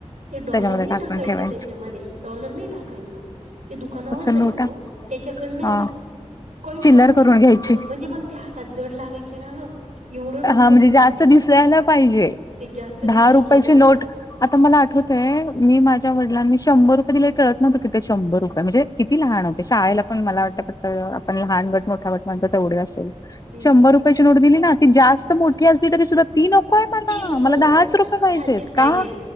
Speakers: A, on the right; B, on the left.
A: ते डॉलर
B: त्याच्यामध्ये
A: नी
B: टाकून
A: टाकायचो
B: ठेवायचं
A: त्याच्यामध्ये डॉलर नी टाकायचो. ते दुकानावर
B: फक्त
A: जायचं
B: नोटा
A: त्याच्याकडनं आहे
B: हा
A: ना कॉइन
B: चिल्लर
A: करून घ्यायचं
B: घ्यायची
A: चला म्हणजे मग ते हातात जड लागायचे ना गं एवढं डोकं
B: हा म्हणजे जास्त
A: म्हणजे
B: दिसयला ना पाहिजे
A: ते जास्त
B: दहा
A: दिसायचे
B: रुपयाची
A: ना
B: नोट आता मला आठवतय मी माझ्या वडिलांनी शंभर रुपये दिले कळत नव्हतं कि ते शंभर रुपये म्हणजे किती लहान होते शाळेला पण मला वाटतं फक्त आपण लहान गट मोठागट म्हणतो तेवढे असेल.
A: हम्म.
B: शंभर रुपयाची नोट दिली ना ती जास्त मोठी असली तरी सुद्धा ती नकोय मला
A: ती नको
B: मला दहाच रुपये
A: दहाचीच
B: पाहिजेत
A: पाहिजे.
B: का?